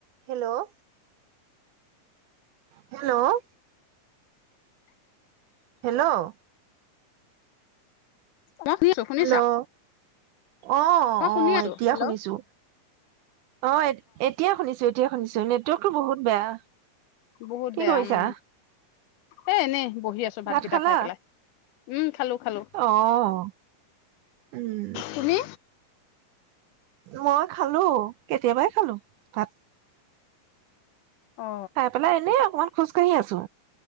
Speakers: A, on the right (about 75°); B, on the left (about 80°).
A: Hello hello hello
B: মই শুনি আছো শুনিছা
A: হেল্ল' অ আহ
B: মই শুনি আছো
A: এতিয়া
B: হেল্ল'
A: শুনিছো অ এতিয়া শুনিছো শনিছো নেৱ বহুত বেয়া।
B: বহুত
A: কি
B: বেয়া
A: কৰিছা?
B: উম এ এনেই বহি আছো ভাতকেইটা
A: ভাত খালা?
B: খাই পেলাই উম খালো খালো
A: অ', উম,
B: তুমি
A: মই খালো কেতিয়াবাই খালো ভাত
B: অ
A: খাই পেলাই এনে অকমান খোজ কাহি আছো